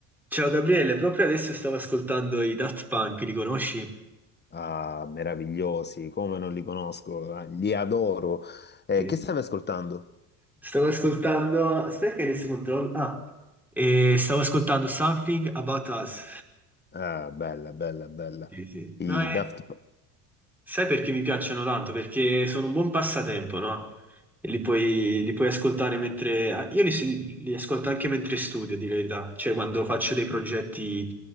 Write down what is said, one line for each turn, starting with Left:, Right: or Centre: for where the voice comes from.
Centre: Ciao Gabriele, proprio adesso stavo ascoltando i Daft Punk, li conosci?
Left: Ah, meravigliosi, come non li conosco, ah, li adoro. Eh,
Centre: Sì.
Left: che stavi ascoltando?
Centre: Stavo ascoltando... Aspetta che adesso controllo... Ah, e stavo ascoltando Something About Us.
Left: Ah, bella, bella, bella.
Centre: Sì, sì.
Left: I
Centre: No, è...
Left: Daft P-
Centre: Sai perché mi piacciono tanto? Perché sono un buon passatempo, no? E li puoi, li puoi ascoltare mentre... ah, Io li, li ascolto anche mentre studio, di verità, cioè quando faccio dei progetti